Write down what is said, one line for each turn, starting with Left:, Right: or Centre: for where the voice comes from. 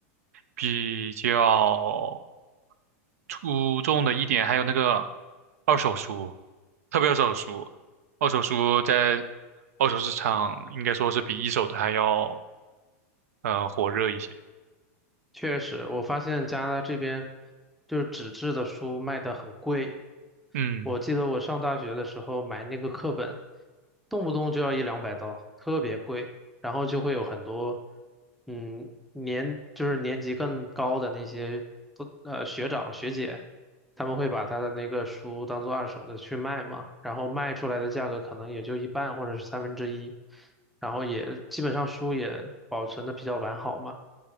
Right: 比较出众的一点，还有那个二手书。特别二手书，二手书在二手市场应该说是比一手的还要呃火热一些。
Centre: 确实，我发现加拿大这边就是纸质的书卖的很贵。
Right: 嗯
Centre: 我记得我上大学的时候买那个课本，动不动就要一两百刀，特别贵。然后就会有很多，嗯，年就是年级更高的那些都呃学长学姐，他们会把他的那个书当做二手的去卖嘛，然后卖出来的价格可能也就一半或者是三分之一，然后也基本上书也保存的比较完好嘛。